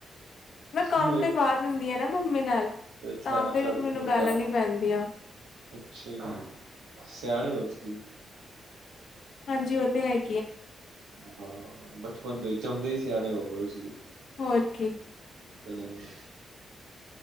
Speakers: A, on the left; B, on the right.
A: ਮੈਂ ਕੰਮ
B: ਮ
A: ਕਰਵਾ ਦਿੰਦੀ ਆ ਨਾ ਮੰਮੀ ਨਾਲ
B: ਅੱਛਾ,
A: ਤਾਂ ਫਿਰ
B: ਝਾੜੂ
A: ਮੈਨੂੰ
B: ਪੋਚਾ
A: ਗਾਲਾਂ ਨੀ ਪੈਂਦੀਆਂ
B: ਅੱਛਾ ਸਿਆਣੇ ਹੋ ਤੁਸ ਹੂ <unintelligible>
A: ਹਾਂਜੀ ਉਹ ਤੇ ਹੈ ਈ-
B: ਹਾਂ, ਬਚਪਨ ਤੋਂ ਜੰਮਦੇ ਈ ਸਿਆਣੇ ਹੋ- ਹੋਏ ਸੀ।
A: ਹੋਰ ਕੀ
B: ਹੂੰ,